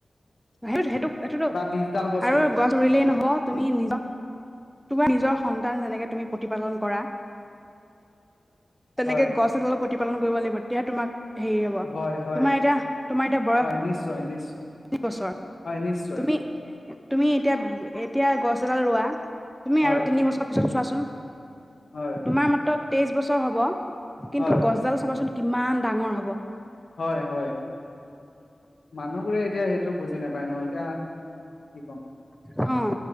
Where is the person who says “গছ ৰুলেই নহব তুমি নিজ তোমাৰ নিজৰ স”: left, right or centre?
Centre